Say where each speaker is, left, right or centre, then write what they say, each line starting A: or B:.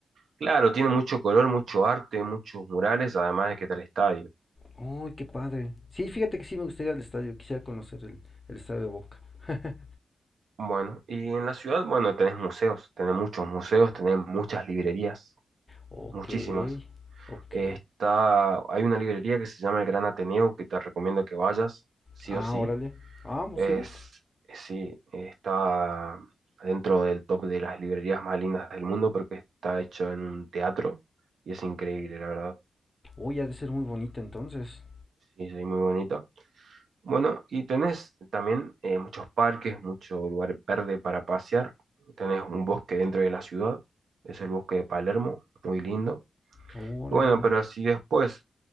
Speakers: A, on the right (about 75°); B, on the left (about 25°).
A: Claro, tiene mucho color, mucho arte, muchos murales, además de que está el estadio.
B: Uy, qué padre. Sí, fíjate que sí me gustaría ir al estadio. Quisiera conocer el, el estadio de Boca. <laughs>
A: Bueno, y en la ciudad, bueno, tenés museos, tenés muchos museos, tenés muchas librerías,
B: Ok.
A: muchísimas.
B: Ok.
A: Está, hay una librería que se llama el Gran Ateneo, que te recomiendo que vayas, sí
B: Ah,
A: o sí.
B: órale. Ah, pues
A: Es,
B: sí.
A: sí, está dentro del top de las librerías más lindas del mundo porque está hecho en un teatro y es increíble, la verdad.
B: Uy, ha de ser muy bonita entonces.
A: Sí, sí, muy bonito. Bueno, y tenés también eh, muchos parques, mucho lugar verde para pasear. Tenés un bosque dentro de la ciudad, es el bosque de Palermo, muy lindo.
B: Órale.
A: Y Bueno, pero si después,